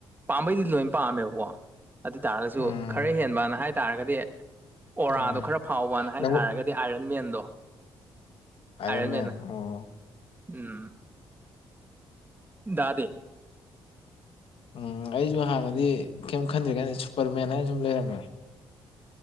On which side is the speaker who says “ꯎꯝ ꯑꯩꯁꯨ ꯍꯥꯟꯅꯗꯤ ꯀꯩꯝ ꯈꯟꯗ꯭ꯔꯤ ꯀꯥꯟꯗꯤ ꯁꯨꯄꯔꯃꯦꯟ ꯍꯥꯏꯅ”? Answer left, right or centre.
Left